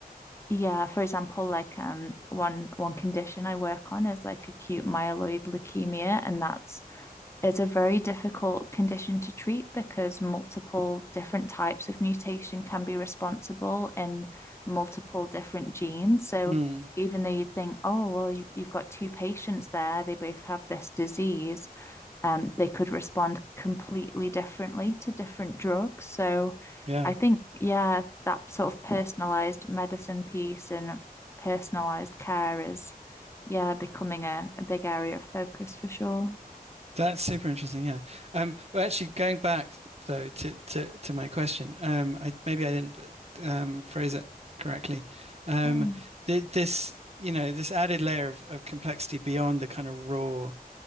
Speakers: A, on the left; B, on the right.
A: yeah for example like um one one condition i work on is like acute myeloid leukemia and that's it's a very difficult condition to treat because multiple different types of mutation can be responsible in multiple different genes so
B: mm,
A: even though you'd think oh well you, you've got two patients there they both have this disease um, they could respond completely differently to different drugs. So
B: yeah.
A: I think, yeah, that sort of personalized medicine piece and personalized care is, yeah, becoming a, a big area of focus for sure.
B: That's super interesting, yeah. Um, well, actually, going back though to to, to my question, um, I maybe I didn't um, phrase it correctly. Um,
A: Mm,
B: th this, you know, this added layer of, of complexity beyond the kind of raw